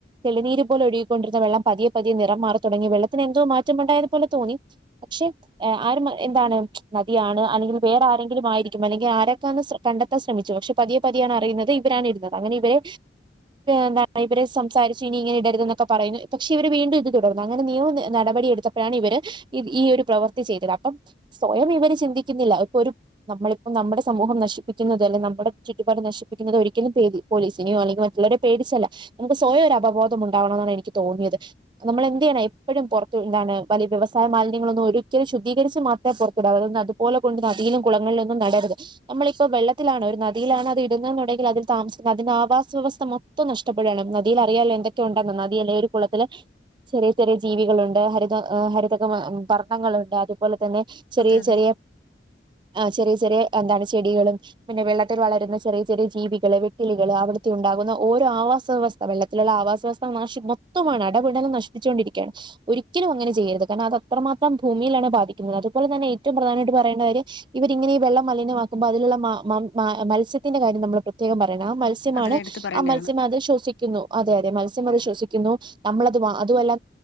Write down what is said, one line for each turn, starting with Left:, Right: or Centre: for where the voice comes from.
Right: തെളിനീര് പോലെ ഒഴികിക്കണ്ടിരുന്ന വെള്ളം പതിയെ പതിയെ നിറംമാറി തുടങ്ങീ വെള്ളത്തിനെന്തോ മാറ്റമുണ്ടായത്പലെ തോന്നി പക്ഷെ ആര് എന്താണ് നദിയാണ് അല്ലെങ്കിൽ വേറെ ആരെങ്കിലും ആയിരിക്കും അല്ലെങ്കിൽ ആരൊക്കാണ് സ കണ്ടെത്താൻ ശ്രമിച്ചു പക്ഷെ പതിയെ പതിയാണ് അറിയുന്നത് ഇവരാണ് ഇടുന്നത് അങ്ങനെ ഇവരെ എന്ത ഇവരെ സം സംസാരിച്ചീനി ഇങ്ങനെ ഇടരുതെന്നൊക്കെ പറയുന്നു പക്ഷെ ഇവര് വീണ്ടും ഇത് തുടർന്ന് അങ്ങനെ നിയമ നടപടി എടുത്തപ്പോഴാണ് ഇവര് ഇ ഈ ഒരു പ്രവൃത്തി ചെയ്തത് അപ്പം സ്വയം ഇവര് ചിന്തിക്കുന്നില്ല ഇപ്പൊ ഒരു നമ്മളിപ്പം നമ്മുടെ സമൂഹം നശിപ്പിക്കുന്നത് അല്ലെങ്ക നമ്മുടെ ചുറ്റുപാട് നശിപ്പിക്കുന്നത് ഒരിക്കലും പേടി പോലീസിനെയോ അല്ലെങ്കിൽ മറ്റുള്ളവരെ പേടിച്ചല്ല നമുക്ക് സ്വയം ഒരു അവബോധം ഉണ്ടാവണന്നാണ് എനിക്ക് തോന്നിയത്. നമ്മളെന്തിയാനാ എപ്പോഴും പൊറത്തു എന്താണ് വലിയ്യ വൃവസായ മാലിന്യങ്ങളൊന്നും ഒരിക്കലും ശുദ്ധകരിച്ച് മാത്രേ പൊറ ക്ടങ്ങള് അതുപലെ കൊണ്ട് നദിലും കുളങ്ങളിലൊന്നും നടരുത്. നമ്മളിപ്പോ വെള്ളത്തിലാണോ ഇടുന്ന് നദിയിലാണോ ത് ഇട്ന്ന് ന്നുണ്ടെങ്കിൽ അതിൽ താമസിക്കുന്നത് അതിന്റെ ആവാസ വ്യവസ്ഥ മൊത്തം നഷ്ടപ്പെടാണ്. ന അതിൽ അറിയാലോ എന്തൊക്കെയുണ്ടെന്ന് നദി അല്ലെ ഒരു കുളത്തിലെ ചെറിയ ചെറിയ ജീവികളുണ്ട് ഹരിത ഹരിതക വ വർണങ്ങളുണ്ട് അതുപോലെ തന്നെ ചെറിയ
Left: അതെ അതെ അതെ
Right: ചെറിയ ആ ചെറിയ ചെറിയ എന്താണ് ചെടികളും. പിന്നെ വെള്ളത്തിൽ വളരുന്ന ചെറിയ ചെറിയ ജീവികള് വെട്ടിലികള് അവിടുത്തെ ഉണ്ടാകുന്ന ഓരോ ആവാസ വ്യവസ് ആ വെള്ളത്തിലുള്ള ആവാസ വസ്ത നശി മൊത്തമാണ് അടപടലം നശിപ്പിച്ചൊണ്ടിരിക്കയാണ്. ഒരിക്കലും അങ്ങനെ ചെയ്യരുത് കാരണം അത് അത്രമാത്രം ഭൂമിയിലാണ് ബാധിക്കുന്നത് അതുപോലെ തന്നെ ഏറ്റവും പ്രധാനമായിട്ട് പറയേന്ന കാര്യം ഇവരിങ്ങനെ ഈ വെള്ളം മലിനമാക്കുമ്പോ അതിലുള്ള മ മ മ മത്സ്യത്തിന്റെ കാര്യം നമ്മള് പ്ര ത്യേകം പറയുന്നേ ആ മത്സ്യമാണ്
Left: അത് എടുത്ത് പറയേണ്ടതാണ്.
Right: ആ മത്സ്യം അത് ശ്വസി ക്കുന്നു അതെ അതെ മത്സ്യമത് ശ്വസിക്കുന്നു നമ്മളത് അ അതുവല്ല